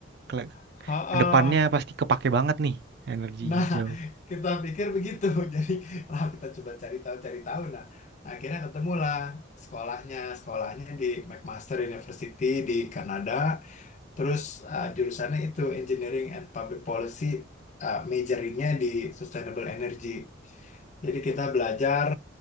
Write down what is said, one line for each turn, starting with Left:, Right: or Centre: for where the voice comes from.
Right: Kele-
Left: ha
Right: Kedepannya pasti kepake banget nih energi
Left: Nah,
Right: hijau.
Left: kita pikir begitu. <laughs> Jadi, wah kita coba cari tahu, cari tahu. Nah, akhirnya ketemulah sekolahnya. Sekolahnya di McMaster University di Kanada. Terus eh, jurusannya itu Engineering and Public Policy, eh, majoringnya di Sustainable Energy. Jadi kita belajar